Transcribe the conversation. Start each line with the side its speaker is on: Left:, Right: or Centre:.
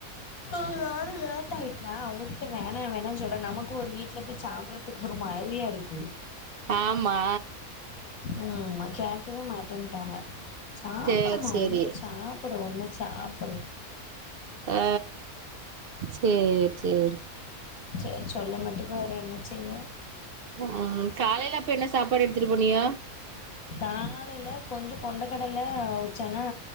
Left: ஆ நானு லேட் ஆயிட்டா அவங்ககிட்ட வேணா வேணான் சொல்ற நமக்கு ஒரு வீட்ல போய் சாப்ட றதுக்கு ஒரு மாரியா இருக்கு
Right: ஆமா
Left: ம் கேக்கவே மாட்டேன்ட்டாக சாப்டுமா
Right: சேரி சேரி
Left: ஒன்னு சாப்டு ப்டு ஒன்னு சாப்டு
Right: ஆ சேர் சேரி
Left: செர் சொல்ல மாட்டுக்கு வேற என்ன செய்ய
Right: உ காலைல அப்ப என்ன சாப்பாடு எடுத்துட்டு போனிய
Left: காலைல கொஞ்ச கொண்டக்கடல அவுச்சனா